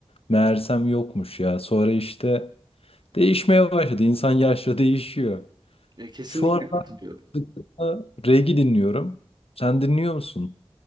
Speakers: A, on the left (about 70°); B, on the right (about 45°).
A: meğersem yokmuş ya. Sonra işte değişmeye başladı. İnsan yaşla değişiyor.
B: E, kesinlikle
A: Şu aralar
B: katılıyorum.
A: sıklıkla reggae dinliyorum. Sen dinliyor musun?